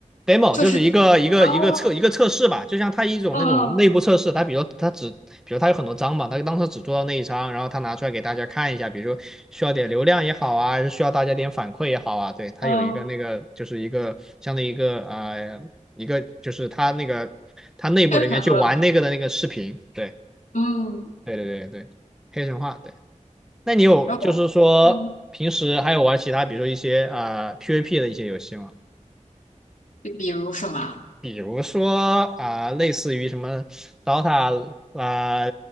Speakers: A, in the centre; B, on the left (about 75°).
A: demo
B: 就是
A: 就是一个一个一个测一个测试吧，
B: 哦
A: 就像它一种那种内部测试，
B: 哦
A: 它比如它只，比如它有很多章嘛，它当时只做到那一章，然后它拿出来给大家看一下，比如说需要点流量也好啊，还是需要大家点反馈也好啊，对，它有一个那个就是一个相当于一个啊、
B: 哦，
A: 呃一个就是它那个它内部人员去玩那个的那个视频，
B: 宣传作文。
A: 对
B: 嗯，
A: 对对对对，黑神话，对，那你有就是说平时还有玩其他，
B: 然后嗯，
A: 比如说一些啊、呃 PVP 的一些游戏吗？
B: 比比如什么？
A: 比如说啊、类似于什么 Dota 啊、